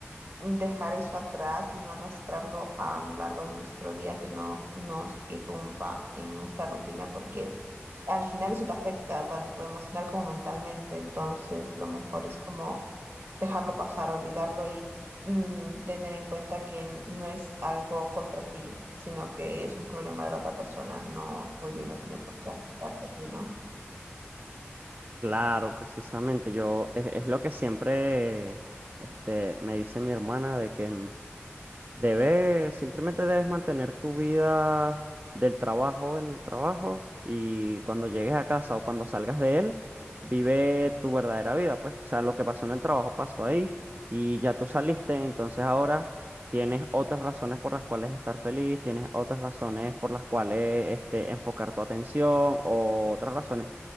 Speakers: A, on the right; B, on the right.
A: dejar eso atrás y no arrastrarlo a lo largo de nuestro día, que no nos irrumpa en nuestra rutina, porque al final eso te afecta tanto emocional como mentalmente, entonces lo mejor es como dejarlo pasar, olvidarlo y mm, tener en cuenta que n- no es algo contra ti, sino que es un problema de la otra persona, no tuyo y no tiene por qué afectarte a ti, ¿no?
B: Claro, precisamente, yo es, es lo que siempre este, me dice mi hermana de que mm, Debes, simplemente debes mantener tu vida del trabajo en el trabajo y cuando llegues a casa o cuando salgas de él, vive tu verdadera vida, pues. O sea, lo que pasó en el trabajo pasó ahí y ya tú saliste, entonces ahora tienes otras razones por las cuales estar feliz, tienes otras razones por las cuales este, enfocar tu atención o otras razones.